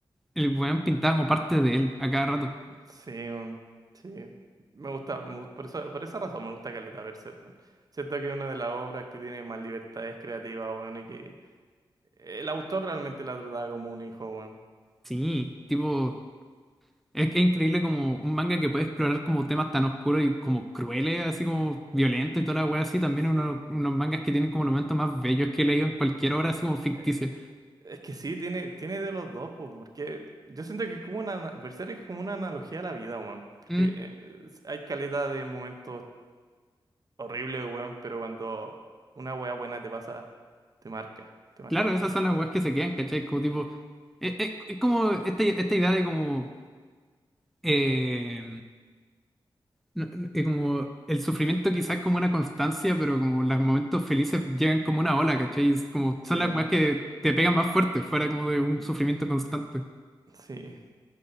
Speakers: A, in the centre; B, on the right (about 40°).
A: el weón pintaba como parte de él a cada rato.
B: Sí, weón, sí. Me gusta, me gust- por eso, por esa razón me gusta Caleta Berserk, weón. Siento que es una de las obras que tiene más libertades creativas, weón, y que el autor realmente la trataba como un hijo, weón.
A: Sí, tipo... Es que es increíble como un manga que puede explorar como temas tan oscuros y como crueles, así como violentos y toda la wea así. También
B: Sí.
A: es uno- unos mangas que tienen como los momentos más bellos que he leído en cualquier obra, así como ficticia.
B: Eh, es que sí, tiene, tiene de los dos, pues, porque yo siento que es como una, ana- Berserk es como una analogía a la vida, weón. Porque
A: Mm,
B: eh, hay caleta de momentos horrible, weón, pero cuando una wea buena te pasa, te marca, te marca
A: claro,
B: caleta.
A: esas son las weas que se quedan, ¿cachai? Como tipo, es, es- es como esta, esta idea de como, eh, no- no- eh, como el sufrimiento quizás es como una constancia, pero como los momentos felices llegan como una ola, ¿cachai? Es como son
B: Sí,
A: las weas que te pegan más fuerte, fuera como de un sufrimiento constante.
B: sí,